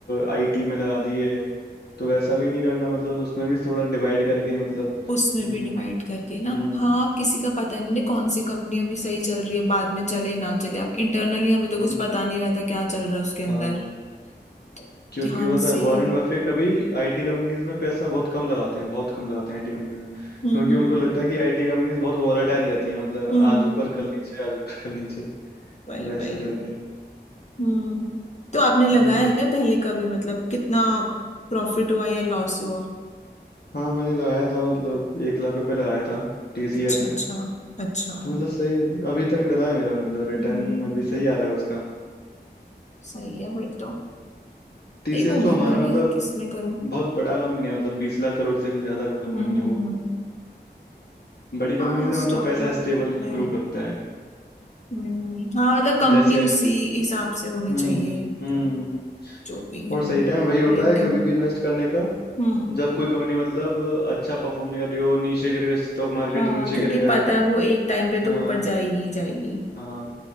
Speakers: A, on the left; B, on the left.
A: आईटी में लगा दिए तो वैसा भी नहीं करना मतलब उसमें भी थोड़ा डिवाइड करके ही मतलब
B: उसमें
A: हम्म
B: भी डिवाइड करके ना
A: हम्म
B: हाँ किसी का पता नहीं ना कौन सी कंपनी अभी सही चल रही है बाद में चले ना चले अब इंटरनली हमें तो कुछ
A: हम्म,
B: पता नहीं रहता क्या चल रहा है उसके अंदर
A: हाँ
B: तो
A: क्योंकि
B: ध्यान
A: पता है
B: से
A: वॉरेन
B: ही
A: बफे कभी आईटी कंपनीज में पैसा बहुत कम लगाते हैं बहुत कम लगाते हैं आईटी कंपनीज में क्योंकि
B: हम्म
A: उनको
B: हम्म
A: लगता है कि आईटी कंपनीज बहुत वॉलेटाइल रहती हैं मतलब
B: हम्म
A: आज ऊपर कल नीचे आज ऊपर कल नीचे
B: भाई
A: वैसा
B: भाई
A: करके
B: हम्म तो आपने लगाया
A: वही है
B: है क्या पहले कभी मतलब कितना प्रॉफिट हुआ या लॉस हुआ
A: हाँ मैंने लगाया था मतलब एक लाख रुपए लगाया था टीसीएस
B: अच्छा
A: में
B: अच्छा अच्छा
A: तो मतलब सही है अभी तक डला है मेरा मतलब रिटर्न
B: हम्म
A: अभी सही आ रहा है उसका
B: सही है फिर तो
A: टीसीएस
B: देखूंगी
A: तो हमारा
B: मैं भी
A: मतलब
B: किस में करूं
A: बहुत बड़ा कंपनी है मतलब बीस लाख करोड़ से भी ज्यादा का कंपनी
B: हम्म
A: है
B: हम्म
A: वो
B: हम्म।
A: बड़ी कंपनी
B: हाँ
A: से
B: स्टॉक
A: मतलब पैसा
B: मार्केट
A: स्टेबल
B: में
A: ग्रो करता है
B: हम्म हाँ मतलब कंपनी
A: जैसे
B: उसी हिसाब से होनी
A: हम्म
B: चाहिए मतलब
A: हम्म
B: जो भी है
A: और सही टाइम वही होता
B: रेटिंग
A: है कभी भी इन्वेस्ट करने का
B: हम्म
A: जब कोई कंपनी मतलब अच्छा परफॉर्म नहीं कर रही हो नीचे गिर गया स्टॉक मार्केट
B: हाँ
A: नीचे
B: क्योंकि
A: गिर गया
B: पता
A: हो
B: है वो एक टाइम पे तो
A: हाँ
B: ऊपर जाएगी ही जाएगी
A: हाँ